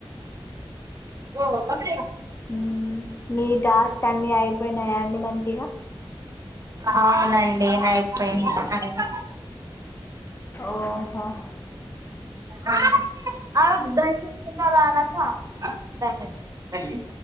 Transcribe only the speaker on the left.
హ్మ్ మీద సని అయి పొయినాయా అండి మంచిగా
ఓహో